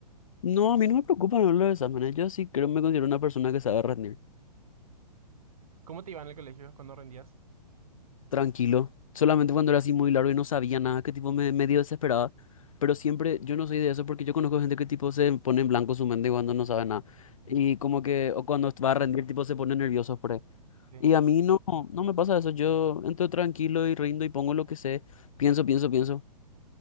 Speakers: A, on the left (about 55°); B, on the right (about 60°).
A: No, a mí no me preocupan no, los exámenes. Yo sí creo me considero una persona que sabe rendir.
B: ¿Cómo te iba en el colegio cuando rendías?
A: Tranquilo. Solamente cuando era así muy largo y no sabía nada, que tipo me medio desesperaba. Pero siempre, yo no soy de eso porque yo conozco gente que tipo se pone en blanco su mente cuando no sabe nada.
B: Ujú.
A: Y como que, o cuando va a rendir, tipo se pone nervioso por ahí.
B: Sí.
A: Y a mí no, no me pasa eso. Yo entro tranquilo y rindo y pongo lo que sé. Pienso, pienso, pienso.